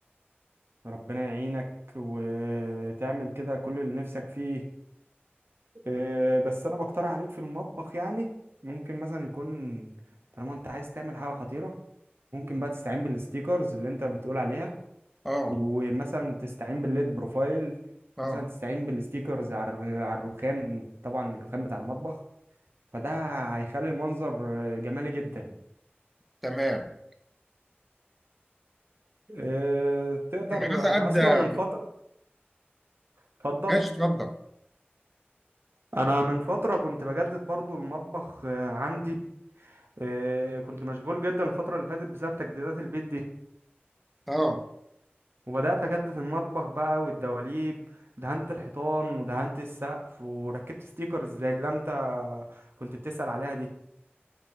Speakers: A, on the right; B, in the centre.
A: ربنا يعينك وتعمل كده كل اللي نفسك فيه آه، بس انا بقترح عليك في المطبخ يعني ممكن مثلا يكون طالما انت عايز تعمل حاجة خطيرة ممكن بقى تستعين بالستيكرز اللي انت بتقول عليها
B: اه
A: ومثلا تستعين بالليد بروفايل
B: اه
A: مثلا تستعين بالستيكرز على الر- على الرخام طبعا الرخام بتاع المطبخ فده هيخلي المنظر آه، جمالي جدا
B: تمام
A: آه، تقدر
B: كان حد ادى
A: انا اصلا من فترة اتفضل
B: ماشي اتفضل
A: انا من فتره كنت بجدد برضو المطبخ آه، عندي آه، كنت مشغول جدا الفتره اللي فاتت بسبب تجديدات البيت دي
B: اه
A: وبدات اجدد المطبخ بقى والدواليب دهنت الحيطان ودهنت السقف وركبت ستيكرز زي اللي انت كنت بتسأل عليها دي